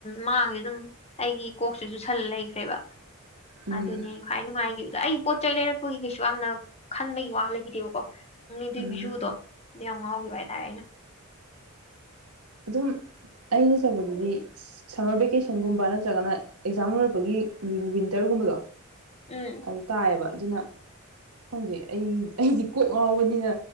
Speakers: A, on the left (about 30°); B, on the right (about 85°).
A: ꯃꯥꯡꯉꯦ ꯑꯗꯨꯝ ꯑꯩꯒꯤ ꯀꯣꯛꯁꯤ ꯆꯨ ꯁꯜꯂ ꯂꯩꯈ꯭ꯔꯦꯕ
B: ꯎꯝ
A: ꯑꯗꯨꯅꯦ ꯈ꯭ꯋꯥꯏ ꯅꯨꯡꯉꯥꯏꯈꯤꯕꯗ ꯑꯩ ꯄꯣꯠ ꯆꯩ ꯂꯩꯔꯛꯄꯒꯤ ꯀꯩꯁꯨ ꯌꯥꯝꯅ ꯈꯟꯕꯒꯤ ꯋꯥ ꯂꯩꯈꯤꯗꯦꯕꯀꯣ ꯅꯪ ꯑꯗꯨꯏ
B: ꯎꯝ
A: ꯚ꯭ꯨꯗꯣ ꯌꯥꯝ ꯉꯥꯎꯈꯤꯕ ꯍꯥꯏꯇꯥꯔꯦ ꯑꯩꯅ
B: ꯑꯗꯨꯝ ꯑꯩꯅ ꯆꯕꯗꯗꯤ ꯁꯝꯃꯔ ꯚꯦꯀꯦꯁꯟꯒꯨꯝꯕ ꯅꯠꯇ꯭ꯔꯒꯅ ꯑꯦꯛꯖꯥꯝ ꯒꯤ ꯋꯤꯟꯇꯔꯒꯨꯝꯕꯗꯣ
A: ꯎꯝ
B: ꯑꯗꯨ ꯇꯥꯏꯌꯦꯕ ꯑꯗꯨꯅ ꯈꯪꯗꯦ ꯑꯩ ꯑꯩꯗꯤ ꯀꯣꯛ ꯉꯥꯎꯕꯅꯤꯅ